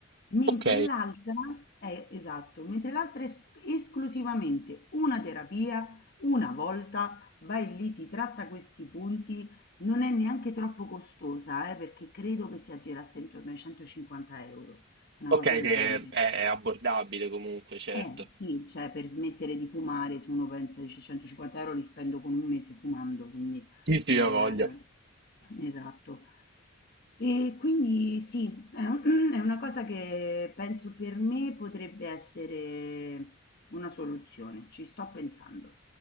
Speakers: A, on the left (about 50°); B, on the right (about 60°).
A: Mentre
B: ok.
A: l'altra è esatto, mentre l'altra è es esclusivamente una terapia, una volta vai lì, ti tratta questi punti, non è neanche troppo costosa, eh, perché credo che si aggirasse intorno ai 150 euro, una
B: Ok,
A: cosa del
B: che
A: genere.
B: è, è abbordabile comunque, certo.
A: Eh sì, cioè per smettere di fumare, se uno pensa dice 150 euro li spendo con un mese fumando, quindi
B: Sì, sì,
A: eh,
B: ho voglia.
A: esatto. E quindi sì, è un- <clears throat> è una cosa che penso per me potrebbe essere una soluzione, ci sto pensando.